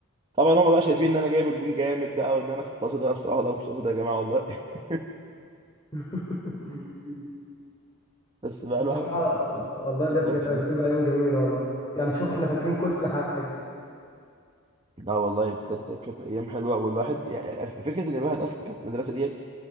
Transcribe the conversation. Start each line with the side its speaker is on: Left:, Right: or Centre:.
Right: طبعا هم بقى شايفين ان انا جايب الجون جامد بقى وان انا كنت قاصدها أنا بصراحة والله مش قاصدها يا جماعة والله <laughs>
Left: <laughs>
Right: بس بقى
Left: بصراحة
Right: الواحد بصراحة
Left: والله بجد
Right: ذكريات حلوة
Left: كانت بتبقى أيام جميلة والله يعني شوف إحنا فاكرين كل حاجة
Right: لا والله بجد كانت ايام حلوه والواحد يعني فكره ان الواحد اصلا كان في المدرسه ديت